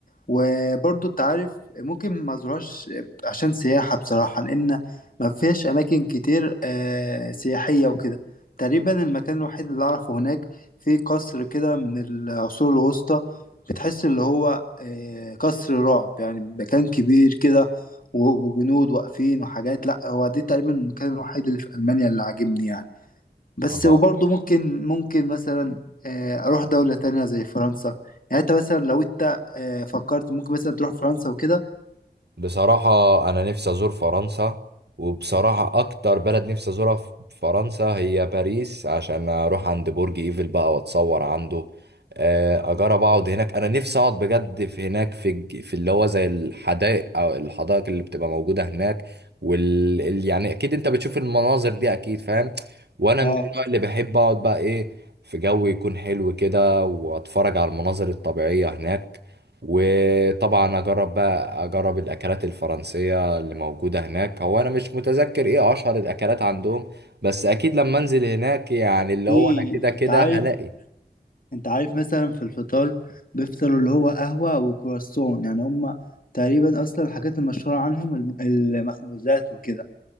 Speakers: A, on the left (about 55°); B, on the right (about 80°).
A: وبرضو انت عارف ممكن ما زورهاش عشان سياحة بصراحة لأن ما فيهاش أماكن كتير آه، سياحية وكده تقريبا المكان الوحيد اللي أعرفه هناك في قصر كده من العصور الوسطى بتحس اللي هو آه، قصر رعب يعني مكان كبير كده و- وجنود واقفين وحاجات لأ هو دي تقريبا المكان الوحيد اللي في ألمانيا اللي عاجبني يعني بس
B: آه.
A: وبرضه ممكن ممكن مثلا آه، اروح دولة تانية زي فرنسا يعني انت مثلا لو انت آه، فكرت ممكن مثلا تروح فرنسا وكده
B: بصراحة أنا نفسي أزور فرنسا وبصراحة أكتر بلد نفسي أزورها في فرنسا هي باريس عشان أروح عند برج إيفل بقى وأتصور عنده آه، أجرب أقعد هناك أنا نفسي أقعد بجد في هناك في الج- في اللي هو زي الحدائق أو الحدائق اللي بتبقى موجودة هناك وال ال- يعني أكيد أنت بتشوف المناظر دي أكيد فاهم وأنا
A: اه
B: من النوع اللي بحب أقعد بقى إيه في جو يكون حلو كده وأتفرج على المناظر الطبيعية هناك وطبعا اجرب بقى اجرب الاكلات الفرنسيه اللي موجوده هناك هو انا مش متذكر ايه اشهر الاكلات عندهم بس اكيد لما انزل هناك يعني اللي
A: في
B: هو انا كده كده
A: انت عارف
B: هلاقي
A: انت عارف مثلا في الفطار بيفطروا اللي هو قهوة وكرواسون يعني هم تقريبا اصلا الحاجات المشهورة عنهم الم- المخبوزات وكده